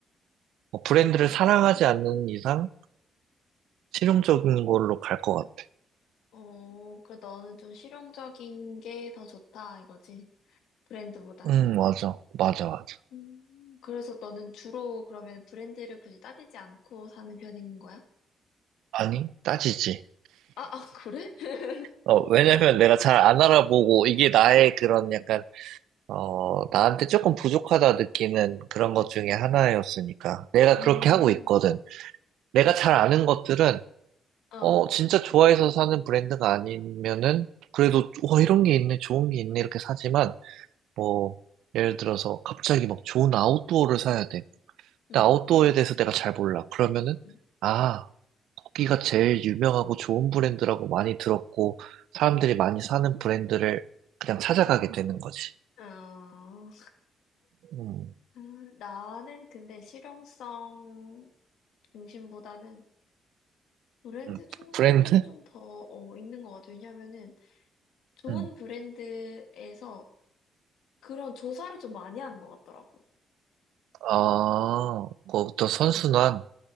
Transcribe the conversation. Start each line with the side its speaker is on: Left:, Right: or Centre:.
Right: 뭐 브랜드를 사랑하지 않는 이상 실용적인 걸로 갈 것 같아.
Left: 어, 그 너는 좀 실용적인 게 더 좋다 이거지. 브랜드보다는.
Right: 음, 맞아. 맞아, 맞아.
Left: 음, 그래서 너는 주로 그러면 브랜드를 굳이 따지지 않고 사는 편인 거야?
Right: 아니, 따지지.
Left: 아, 아, 그래? <laughs>
Right: 어, 왜냐면 내가 잘 안 알아보고 이게 나의 그런 약간, 어, 나한테 조금 부족하다 느끼는 그런 것 중에 하나였으니까. 내가
Left: 음,
Right: 그렇게 하고 있거든. 내가 잘 아는 것들은,
Left: 어,
Right: 어, 진짜 좋아해서 사는 브랜드가 아니면은, 그래도, 와, 이런 게 있네, 좋은 게 있네, 이렇게 사지만, 뭐, 예를 들어서 갑자기 막 좋은 아웃도어를 사야 돼.
Left: 음,
Right: 근데 아웃도어에 대해서 내가 잘 몰라. 그러면은,
Left: 음.
Right: 아, 거기가 제일 유명하고 좋은 브랜드라고 많이 들었고, 사람들이 많이 사는 브랜드를 그냥 찾아가게 되는 거지.
Left: 어.
Right: 음.
Left: 아, 나는 근데 실용성 중심보다는 브랜드
Right: 음,
Left: 충성도도
Right: 브랜드?
Left: 좀 더, 어, 있는 것 같아. 왜냐면은 좋은
Right: 음,
Left: 브랜드에서 그런 조사를 좀 많이 하는 것 같더라고.
Right: 아, 그것부터 선순환.